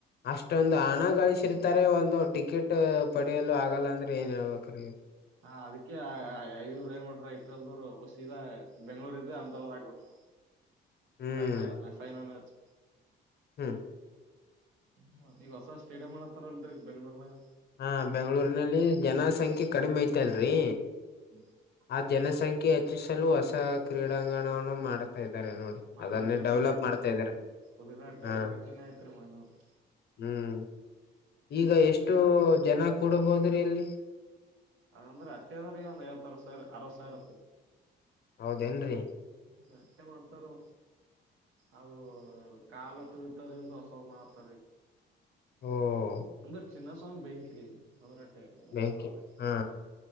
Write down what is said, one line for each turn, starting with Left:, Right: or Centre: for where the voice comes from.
Left: ಅಷ್ಟೊಂದು ಹಣ ಗಳಿಸಿರ್ತಾರೆ ಒಂದು ಟಿಕೆಟ್ ಪ ಕಡಲ್ಲ ಆಗಲ್ಲ ಅಂದ್ರೆ ಏನ್ ಹೇಳ್ಬೇಕ್ರ ನಿಮಗ.
Right: ಹ ಅದಕ್ಕೆ ಇವರು ಏನ್ ಮಾಡ್ರ ಐಪಿಎಲ್ ಲ್ದವರು ಸಿದಾ ಬೆಂಗ್ಗಳೂರ್ ಇದು ಅಮದಾಬಾದ್ ಆಗ್ಬಿಟ್ರು
Left: ಹ್ಮ್
Right: ಫೈನಲ್ ಫೈನಲ್ ಮ್ಯಾಚ್.
Left: ಹ್ಮ್,
Right: ಹ್ಮ್, ಈಗ ಹೊಸ ಸ್ಟೇಡಿಯಂಮಾಡ್ಲತ್ತಾರಲ್ರಿ ಬೆಂಗ್ಳೂರ್ನಗ.
Left: ಹಾ, ಬೆಂಗಳೂರಿನಲ್ಲಿ ಜನ ಸಂಖ್ಯೆ ಕಡಿಮೆ ಐತಲ್ರಿ.
Right: ಹ್ಮ್ <inaudible>
Left: ಆ ಜನಸಂಖ್ಯೆ ಹೆಚ್ಚಿಸಲು ಹೊಸ ಕ್ರೀಡಾಂಗಣವನ್ನು ಮಾಡ್ತಾ ಇದ್ದಾರೆ ನೋಡಿ.
Right: ಮೊನ್ನೆ
Left: ಅದನ್ನೇ
Right: ಉದ್ಗಾಟನೆ
Left: ಡೆವಲಪ್ ಮಾಡ್ತಾ ಇದಾರೆ
Right: ಉಘ <unintelligible>
Left: ಹಾ
Right: ಉದ್ಘಾಟನೆ ಆಯ್ತರಿ ಮೊನ್ನೆ ಒಂದು.
Left: ಹ್ಮ್, ಈಗ ಎಷ್ಟು ಜನ ಕೂಡಬೋದ್ರಿ ಅಲ್ಲಿ.
Right: ಅದೇ ಅಂದ್ರೆ ಅತ್ತಗಂದ್ರಕೂಡ ಐವತ್ತು-ಅರವತ್ತು ಸಾವಿರ ಆತದರಿ.
Left: ಹೌದೇನ್ರಿ.
Right: ಹ್ಮ್, ಅಷ್ಟೆ ಮಾಡ್ತಾರೋ ಅದು ಕಾಲ ತುಳಿತದಿಂದ ಹೊಸದ ಮಾಡ್ತಾರಿ.
Left: ಹ್ಮ <inaudible>
Right: ಅಂದ್ರ ಚಿನ್ನ ಸಾಮ ಬೆಂಕಿರಿ ಅದ್ರಟ್ಟೆ <unintelligible>
Left: ಬೇಕೆ ಹಾ